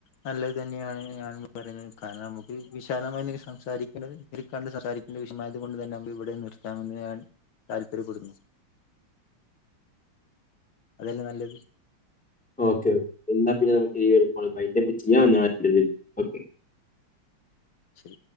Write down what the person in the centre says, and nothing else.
ഓക്കെ ഓക്കെ എന്നാ പിന്നെ നമുക്ക് ഈ ഒരു കാൾ വൈന്റപ്പ് ചെയ്യാൻ വല്ല്യ താല്പര്യം ഇല്ലൻക്ക് ഓക്കേ